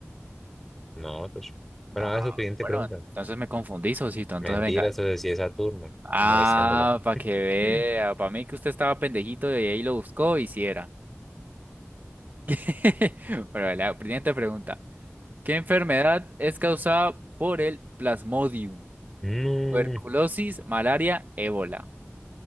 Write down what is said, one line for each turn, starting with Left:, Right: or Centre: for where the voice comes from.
Centre: No, socio. Bueno,
Right: Ah,
Centre: a ver su siguiente
Right: bueno,
Centre: pregunta.
Right: entonces me confundí, Sosito. Entonces
Centre: Mentira,
Right: venga.
Centre: socio, sí es Saturno. Estoy
Right: Ah,
Centre: molestándolo.
Right: para que vea.
Centre: <laughs>
Right: Para mí que usted estaba pendejito y ahí lo buscó y sí era. <laughs> Bueno, vale, la siguiente pregunta. ¿Qué enfermedad es causada por el Plasmodium?
Centre: No,
Right: Tuberculosis, malaria, ébola.